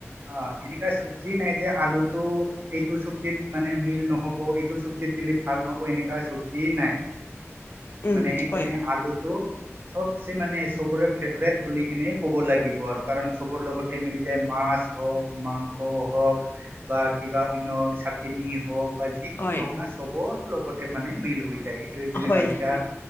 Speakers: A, on the right; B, on the left.
A: অ এনেকা চব্জি নাই যে আলুটো এইটো চব্জিত মানে মিল নহ'ব এইটো চব্জিত দিলে ভাল নহ'ব এনেকা চব্জিয়ে নাই
B: উম
A: মানে সেইকাণে
B: হয়
A: আলুটো চবচে মানে চবৰে ফেভৰেট বুলি কিনে ক'ব লাগিব আৰু কাৰণ চবৰ লগতে মিলি যায় মাছ হওক মাংস হওক বা কিবা অন্য চাটনি হওক বা যিকোনো
B: হয়
A: ভগনা চবৰ লগতে মানে মিল হয় যাই সেইটোৱে যেনিবা
B: হয়
A: এতিয়া
B: হয়